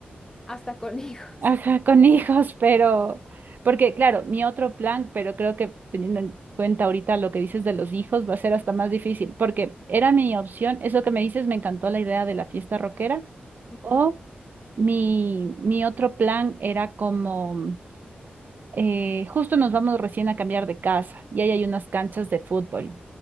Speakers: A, on the left (about 15°); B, on the right (about 55°).
A: hasta con <laughs> hijos.
B: Ajá, con hijos, pero, porque claro, mi otro plan, pero creo que teniendo en cuenta ahorita lo que dices de los hijos, va a ser hasta más difícil, porque era mi opción, eso que me dices, me encantó la idea de la fiesta rockera,
A: Ujú,
B: o mi, mi otro plan era como eh, justo nos vamos recién a cambiar de casa y ahí hay unas canchas de fútbol.